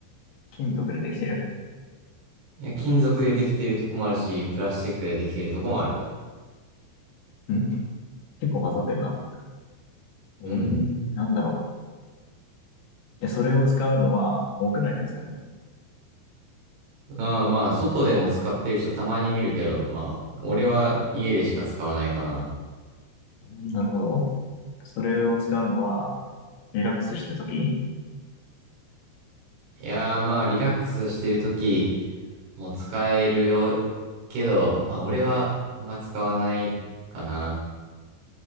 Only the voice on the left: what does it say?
金属でできてる
ん結構混ざってるな。えー、
なんだろう。で、それを使うのは、屋内で使う。
うんなるほど。それを使うのは、リラックスしてるとき